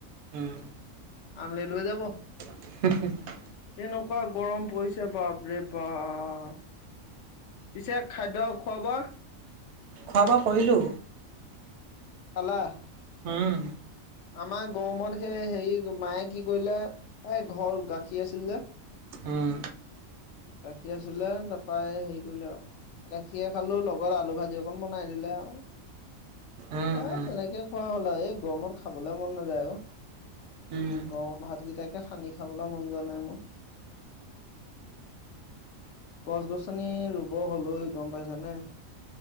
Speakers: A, on the right (about 65°); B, on the left (about 65°).
A: উম।
B: আমলেট হয় যাব।
A: <unintelligible>
B: এনেকুৱা গৰম পৰিছে বাপৰে বাপ। পিছে খাদ্য খুৱা বোৱা।
A: খোৱা বোৱা কৰিলোঁ।
B: খালা।
A: উম।
B: আমাৰ গৰমত সেই হেৰি মায়ে কি কৰিলে, এই ঘৰ গাখীৰ আছিল যে।
A: উম।
B: গাখীৰ আছিলে তাৰপৰা হেৰি কৰিলে আৰু। গাখীৰে খালোঁ লগত আলু ভাজি অকণ বনাই দিলে আৰু।
A: উম
B: এ,
A: উম
B: তেনেকে খোৱা হ'ল আৰু এই গৰমত খাবলৈ মন নাযায় অ'।
A: উম
B: গৰম ভাতকেইটাকে সানি খাবলৈ মন যোৱা নাই মোৰ। গছ গছনি ৰুব হ'ল ঐ গম পাইছানে।